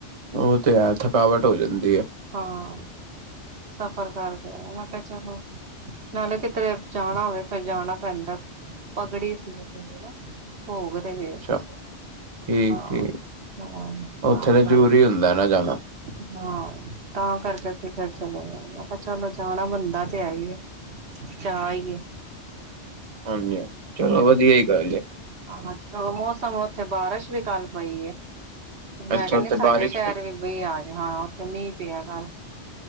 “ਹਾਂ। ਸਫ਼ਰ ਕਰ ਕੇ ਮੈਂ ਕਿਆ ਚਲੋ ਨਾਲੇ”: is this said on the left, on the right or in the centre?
Right